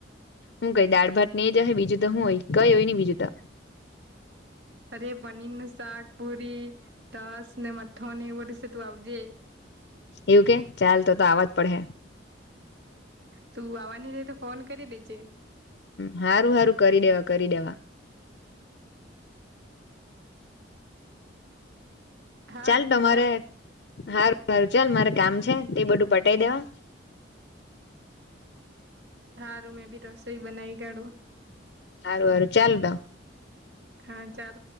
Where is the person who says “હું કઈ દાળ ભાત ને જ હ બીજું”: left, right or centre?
Left